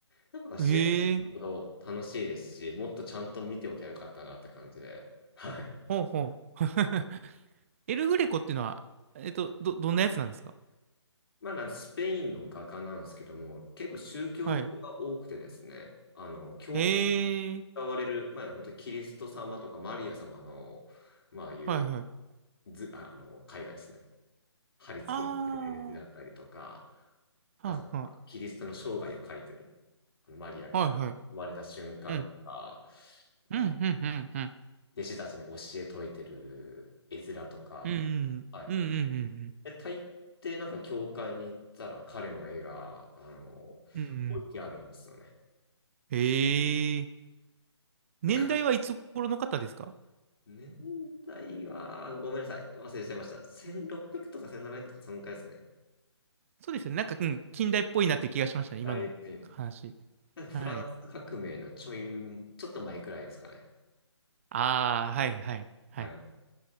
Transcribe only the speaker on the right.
ええ
ほうほう。<laughs> エルグレコっていうのは、えっと、ど、どんなやつなんですか
はい。
ええ
はい、はい。
ああ、
はあ、は
あ、はい、はい。うん、
うん、うん、うん、うん。
うんうんうん
うんうんうんうん
へえ
年代はいつ頃の方ですか
そうですよねなんか、うん、近代っぽいなっていう気がしましたね今の話
はい
ああーはいはいはい